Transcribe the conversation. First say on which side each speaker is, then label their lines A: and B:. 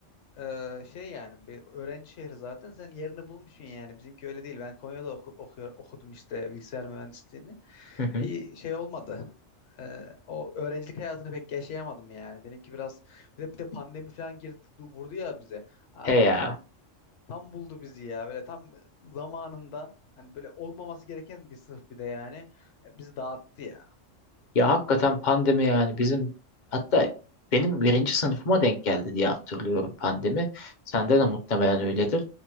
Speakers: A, on the left; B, on the left.
A: Ee, şey yani bir öğrenci şehri zaten sen yerini bulmuşsun yani bizimki öyle değil ben Konya'da oku- okuyor, okudum işte bilgisayar mühendisliğini
B: Hı hı.
A: bir şey olmadı Ee, o öğrencilik hayatını pek yaşayamadım yani benimki biraz bir de, bir de pandemi falan girdi du- vurdu ya bize abi
B: He ya.
A: tam tam buldu bizi ya böyle tam zamanında hani böyle olmaması gereken bir sınıf bir de yani E, bizi dağıttı ya
B: Ya hakikaten pandemi yani bizim hatta benim birinci sınıfıma denk geldi diye hatırlıyorum pandemi. Sende de muhtemelen öyledir.